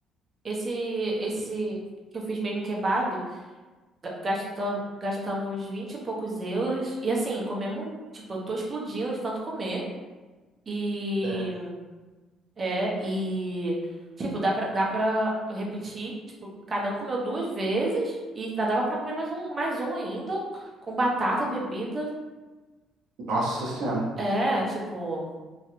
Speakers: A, on the right; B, on the right.
A: Esse, esse que eu fiz mesmo kebab, gastamos, gastamos 20 e poucos euros. E assim, comemos, tipo, eu tô explodindo de tanto comer. E
B: É.
A: É, e, tipo, dá pra, dá pra eu repetir, tipo, cada um comeu duas vezes e ainda dava pra comer mais um, mais um ainda, com batata, bebida.
B: Nossa Senhora.
A: É, tipo,